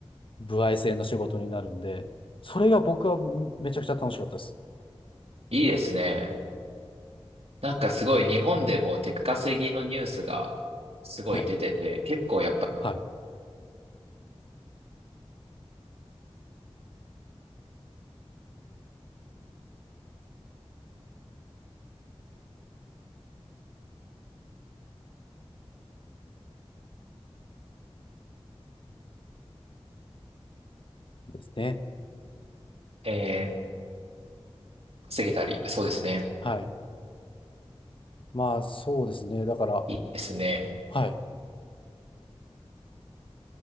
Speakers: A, on the left; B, on the right.
A: 歩合制の仕事になるんで、それが僕はめちゃくちゃ楽しかったです。
B: いいですね。なんかすごい日本でも出稼ぎのニュースがすごい出てて、
A: はい。
B: 結構やっぱ、
A: はい。ですね。
B: えー、稼げたり、そうですね。
A: はい。まあ、そうですね。だから、
B: いいですね。
A: はい。